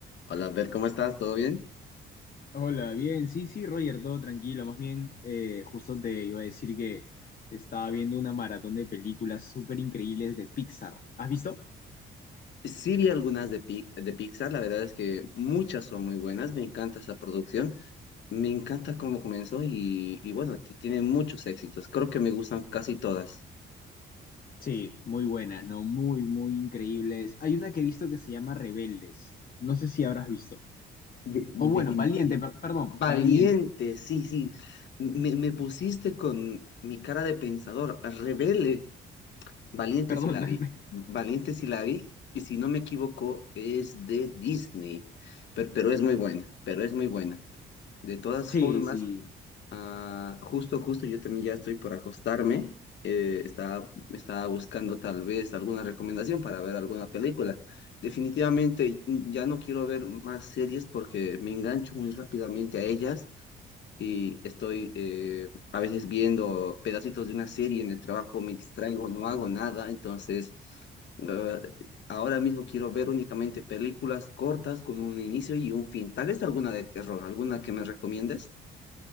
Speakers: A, on the left; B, on the left.
A: Hola, Bert, ¿cómo estás? ¿Todo bien?
B: Hola, bien, sí, sí, Roger, todo tranquilo. Más bien, eh, justo te iba a decir que estaba viendo una maratón de películas súper increíbles de Pixar. ¿Has visto?
A: Sí vi algunas de, Pi- de Pixar, la verdad es que muchas son muy buenas, me encanta esa producción, me encanta cómo comenzó y, y bueno, ti- tiene muchos éxitos, creo que me gustan casi todas.
B: Sí, muy buenas, ¿no? Muy, muy increíbles. Hay una que he visto que se llama Rebeldes. No sé si habrás visto.
A: De- defin-
B: O bueno, Valiente, per- perdón,
A: Valiente,
B: Valiente,
A: sí, sí, me, me pusiste con mi cara de pensador, rebelde, Valiente
B: <laughs> perdóname.
A: sí la vi, Valiente sí la vi, y si no me equivoco es de Disney, pero pero es muy buena, pero es muy buena. De todas
B: Sí,
A: formas...
B: sí.
A: Ah, justo, justo, yo también ya estoy por acostarme. Eh, estaba, estaba buscando tal vez alguna recomendación para ver alguna película. Definitivamente mm, ya no quiero ver más series porque me engancho muy rápidamente a ellas y estoy eh, a veces viendo pedacitos de una serie en el trabajo, me distraigo, no hago nada. Entonces, eh, ahora mismo quiero ver únicamente películas cortas con un inicio y un fin. Tal vez alguna de terror, alguna que me recomiendes.